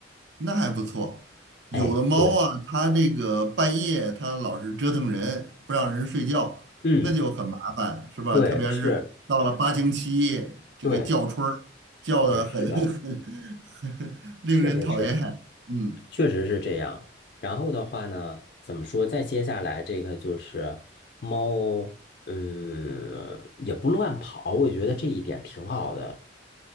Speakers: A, on the right; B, on the left.
A: 那还不错。有的猫啊，
B: 哎，对，
A: 它这个半夜它老是折腾人，不让人睡觉，
B: 嗯，
A: 那就很麻烦，是吧？
B: 对，
A: 特别是到了发情期，
B: 是，
A: 这个叫春儿叫的很
B: 对。对，是的，
A: <laughs> 很很令人讨厌。
B: 确实是，
A: 嗯，
B: 确实是这样。然后的话呢，怎么说？再接下来这个就是猫，嗯，也不乱跑，我觉得这一点挺好的。